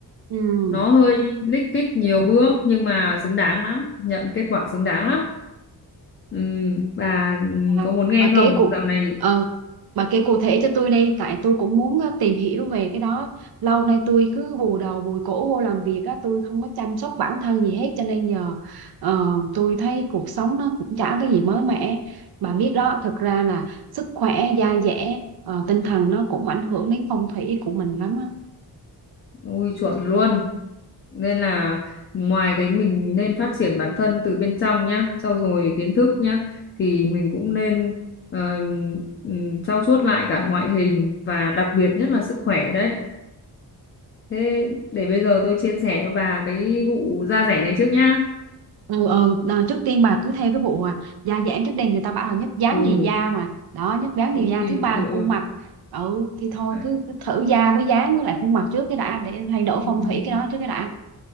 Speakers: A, on the right; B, on the left.
A: Ừ,
B: Nó hơi lích kích nhiều bước nhưng mà xứng đáng lắm, nhận kết quả xứng đáng lắm. Ừm, bà ừm,
A: bà,
B: có muốn nghe
A: bà
B: không?
A: kể cụ
B: Dạo này
A: ờ, bà kể cụ thể cho tôi đi, tại tôi cũng muốn ờ, tìm hiểu về cái đó. Lâu nay tôi cứ bù đầu bùi cổ vô làm việc á, tôi không có chăm sóc bản thân gì hết cho nên giờ ờ, tôi thấy cuộc sống nó cũng chả cái gì mới mẻ. Bà biết đó, thực ra là sức khỏe, da dẻ, ờ, tinh thần nó cũng ảnh hưởng đến phong thủy của mình lắm á.
B: Ui chuẩn luôn. Nên là ngoài cái mình nên phát triển bản thân từ bên trong nhá, trau dồi kiến thức nhá thì mình cũng nên ờm, ừm, trau chuốt lại cả ngoại hình và đặc biệt nhất là sức khỏe đấy. Thế để bây giờ tôi chia sẻ cho bà cái vụ da rẻ này trước nhá.
A: ừ ừ Đờ, trước tiên bà cứ theo cái vụ mà da giãn trước đây người ta bảo là nhất dáng
B: Ừ.
A: nhì da mà đó nhất dáng nhì
B: Ui,
A: da thứ ba
B: ừ,
A: là
B: ừ.
A: khuôn mặt ừ thì thôi
B: Đấy.
A: cứ, cứ thử da với dáng với lại khuôn mặt trước cái đã để thay đổi
B: Ừ,
A: phong
B: ừ.
A: thủy
B: ừ.
A: cái đó trước cái đã